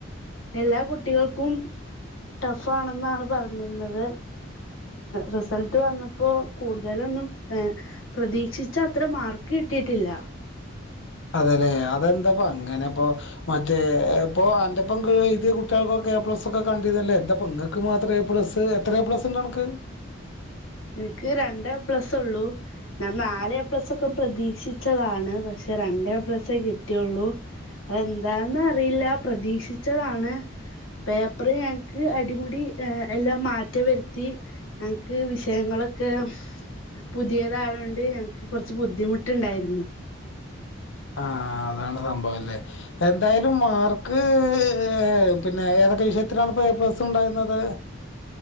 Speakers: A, on the left; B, on the left.
A: എല്ലാ കുട്ടികൾക്കും ടഫ് ആണെന്നാണ് പറഞ്ഞിരുന്നത്. റിസൾട്ട് വന്നപ്പോ കൂടുതലും ലും പ്രതീക്ഷിച്ച അത്ര മാർക്ക് കിട്ടിയിട്ടില്ല.
B: അതെല്ലെ അതെന്താപ്പ അങ്ങനെ ഇപ്പോ മറ്റേ ഇപ്പൊ അന്റെപ്പം എഴുതി കുട്ടികൾക്കൊക്കെ എ പ്ലസ് ഒക്കെ കണ്ടിരുന്നല്ലേ? എന്താപ്പനിങ്ങക്ക് മാത്രം എ പ്ലസ് എത്ര എ പ്ലസ് ഉണ്ട് നിനക്ക്?
A: എനിക്ക് രണ്ട് എ പ്ലസ് ഉള്ളൂ ഞാൻ നാല് എ പ്ലസ് ഒക്കെ പ്രതീക്ഷിച്ചതാണ്. പക്ഷെ രണ്ട് എ പ്ലസേ കിട്ടിയുള്ളൂ. അതെന്താന്ന് അറിയില്ല പ്രതീക്ഷിച്ചതാണ് പേപ്പർ ഞങ്ങക്ക് അടിമുടി എല്ലാം മാറ്റം വരുത്തി ഞങ്ങക്ക് വിശ യങ്ങളൊക്കെ പുതിയതായകൊണ്ട് ഞങ്ങക്ക് കുറച്ച് ബുദ്ധിമുട്ടുണ്ടായിരുന്നു.
B: ആ അതാണ് സംഭവം അല്ലേ? എന്തായാലും മാർക്ക് ഏ പിന്നെ എ ഏതൊക്കെ വിഷയത്തിനാണ് ഇപ്പോ എ പ്ലസ് ഉണ്ടായിരുന്നത്